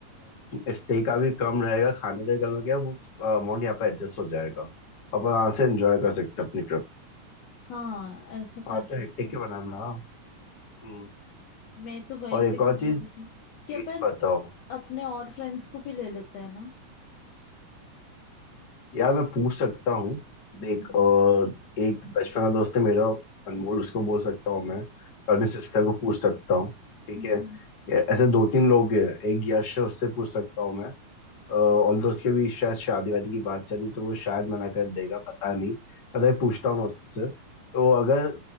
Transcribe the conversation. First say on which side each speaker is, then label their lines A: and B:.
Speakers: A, on the left; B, on the left.
A: स्टे का भी कम रहेगा खाने का भी कम रहेगा वो अमाउंट यहाँ पे एडजस्ट हो जाएगा अपन यहाँ से एंजॉय कर सकते हैं अपनी ट्रिप
B: हाँ ऐसा
A: साथ
B: कर सकते
A: तो हेक्टिक
B: हैं
A: के बनाना हम्म
B: मैं तो वही
A: और
B: तेरे
A: एक और
B: को बोल
A: चीज
B: रही थी कि अपन
A: डेट्स बताओ
B: अपने और फ्रेंड्स को भी ले लेते हैं ना
A: यार मैं पूछ सकता हूँ देख
B: हम्म हम्म
A: अ, एक बचपन का दोस्त है मेरा अनमोल उसको बोल सकता हूँ मैं और अपनी सिस्टर को पूछ सकता हूँ ठीक
B: हम्म
A: है
B: हम्म।
A: ऐसे दो तीन लोग हैं एक यश है उससे पूछ सकता हूँ मैं और दोस्त के भी शायद शादी वादी की बात चली तो वो शायद मना कर देगा पता नहीं पता नहीं, पूछता हूँ उससे तो अगर